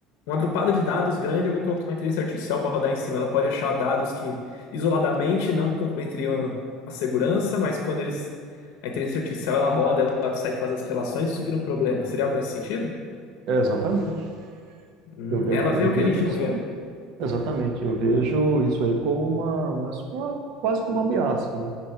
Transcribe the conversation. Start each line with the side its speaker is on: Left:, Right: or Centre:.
Left: um agrupado de dados grande, eu vou colocar uma inteligência artificial para rodar em cima. Ela pode achar dados que isoladamente não comprometeriam a segurança, mas quando eles, a inteligência artificial ela roda, ela consegue fazer as relações, isso vira um problema. Seria algo nesse sentido?
Right: É, exatamente.
Left: Hum,
Right: Eu vejo,
Left: ela
Right: eu
Left: vê o que
Right: vejo
Left: a gente não
Right: isso,
Left: vê, né?
Right: exatamente. Eu vejo isso aí como uma, uma, uma- quase que uma ameaça, né?